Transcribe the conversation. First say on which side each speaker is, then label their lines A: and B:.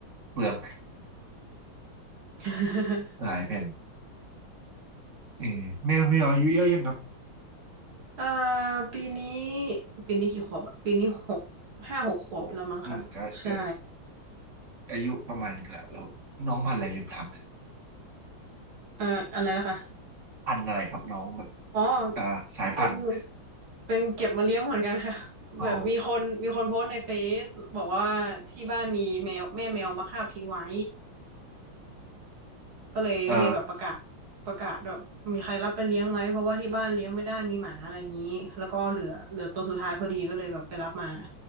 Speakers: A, on the right; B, on the right.
A: เปลือง
B: <laughs>
A: <laughs> หลายแผ่นเออแมวแมวอายุเยอะยังครับ
B: อ่าปีนี้ปีนี้กี่ขวบอะปีนี้หกห้าหกขวบแล้วมั้งคะใช่
A: หกขวบอืมก็ก็ อายุประมาณหนึ่งแหละเราน้องพันธุ์อะไรลืมถามนะ
B: เอ่ออะไรนะคะ
A: พันธุ์อะไรครับน้องแบบ
B: อ๋อ
A: อ่าสายพันธุ์
B: เป็นเป็นเก็บมาเลี้ยงเหมือนกันค่ะ <laughs>
A: <laughs> อ๋อ
B: แบบมีคนมีคนโพสต์ในเฟซบอกว่าที่บ้านมีแมวแม่แมวมาคาบทิ้งไว้ก็เลยก็เลยแบบประกาศ
A: เออ
B: ประกาศแบบมีใครรับไปเลี้ยงไหมเพราะว่าที่บ้านเลี้ยงไม่ได้มีหมาอะไรอย่างนี้แล้วก็เหลือเหลือตัวสุดท้ายพอดีก็เลยแบบไปรับมา